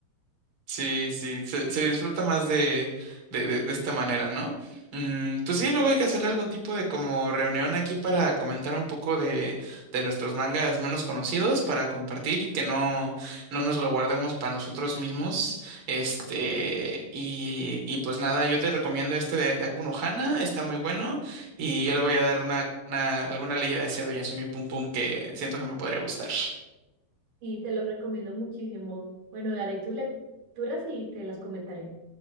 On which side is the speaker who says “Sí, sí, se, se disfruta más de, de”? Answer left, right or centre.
Right